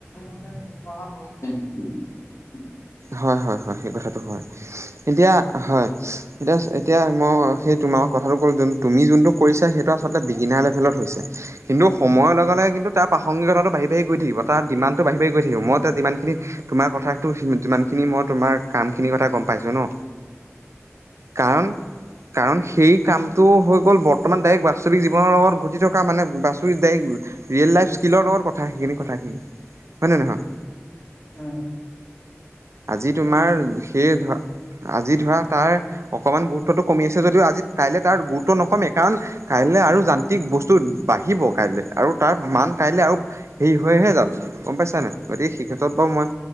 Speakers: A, on the left; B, on the right.
A: মানে নিব অহা বহ। <unintelligible>
B: হয়, হয়, হয়, সেই কথাটো হয়, এতিয়া হয়, এতিয়া এতিয়া মই সেই তোমাৰ কথাটো ক'লো তুমি যোনটো কৰিছা সেইটো আচলতে বিগিনাৰ লেভেলত হৈছে কিন্তু সময়ৰ লগে লগে কিন্তু তাৰ প্ৰাসংগিকতাটো বঢ়ি বাঢ়ি গৈ থাকিব, তাৰ ডিমাণ্ডটো বাঢ়ি বাঢ়ি গৈ থাকিব, মই এতিয়া যিমানখিনি তোমাৰ কথা যিমানখিনি মই তোমাৰ কামখিনিৰ কথা গম পাইছো ন কাৰণ কাৰণ সেই কামটো হৈ গ'ল বৰ্তমান ডাইৰেক্ বাস্তৱিক জীৱনৰ লগত ঘটি থকা মানে বাস্তৱিকৰে্ ৰিয়েল লাইফ স্কিলৰ লগত কথা সেইখিনি কথাখিনি হয় নহয় নহয়।
A: উম।
B: আজি তোমাৰ
A: সেইটোৱে
B: সেই ধ আজি ধৰা তাৰ অকমান গুৰুত্বটো কমি আছে যদিও আজি কাইলে তাৰ গুৰুত্ব নকমেই কাৰণ কাইলৈ আৰু যান্ত্ৰিক বস্তু বাঢ়িব কাইলৈ আৰু তাৰ মান কাইলৈ আৰু হেৰি হৈহে যাব। গম পাইছ নাই, গতিকে সেই ক্ষেত্ৰত বাৰু মই